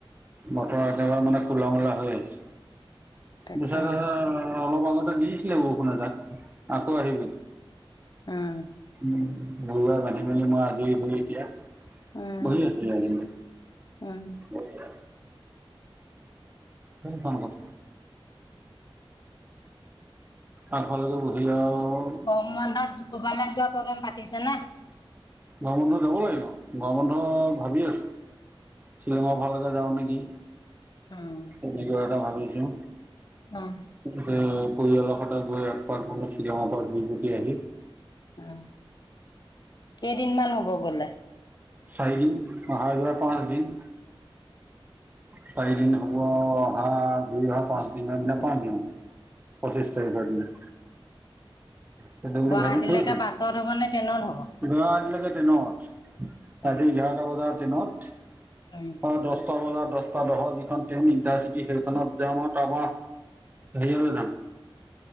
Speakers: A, on the right; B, on the left.
A: বতৰ একেবাৰে মানে কোলা মূলা হৈ আছে।
B: তাকেহে,
A: দুচা ধৰা অলপ আগতে দিছিলে বৰষুণে এজাক। আকৌ আহিব। উম,
B: উম,
A: গৰুবিলাক বান্ধি মেলি মই আজৰি হৈ এতিয়া
B: উম,
A: বহি আছো।
B: উম।
A: নিশ্চয়। তনে কোন কছোন <unintelligible> আগফালে বহি লৈ আও-
B: গৰম বন্ধত কবালৈ যোৱা প্ৰগেম পাতিছে না?
A: গৰম বন্ধ যাব লাগিব, গৰম বন্ধ ভাবি আছো - শ্বিলংৰ ফালেকে যাওঁ নেকি।
B: উম।
A: তেনেকে কিবা এটা ভাবিছোঁ।
B: অঁ।
A: যে পৰিয়ালৰ সৈতে গৈ একপাক মানে শ্বিলংৰ পৰা ঘুই পকি আহিম।
B: অঁ, কেইদিনমান হ'ব গ'লে?
A: চাৰি দিন, অহা -যোৱা পাঁচ দিন। চাৰিদিন হ'ব, অহা ঘূৰি অহা পাঁচ দিনৰ দিনা পামহি। পঁচিছ তাৰিখৰ দিনা। সেইটো বুলি
B: গুৱাহাটীলৈকে
A: ভাবি থৈছো।
B: বাছত হ'ব নে ট্ৰেইনত হ'ব?
A: লৰা আহিলে যে ট্ৰেইনত,
B: উম,
A: ৰাতি এঘাৰটা বজাৰ ট্ৰেইনত।
B: <unintelligible>
A: অ দহটা বজাত, দহটা দহৰ যিখন ট্ৰেইন ইণ্টাৰচিটি সেইখনত যাম আৰু তাৰ পৰা হেৰিয়লৈ যাম।